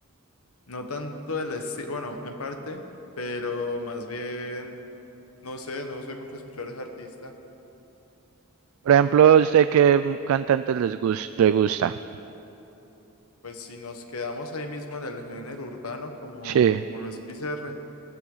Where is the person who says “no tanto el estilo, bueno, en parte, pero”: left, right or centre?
Left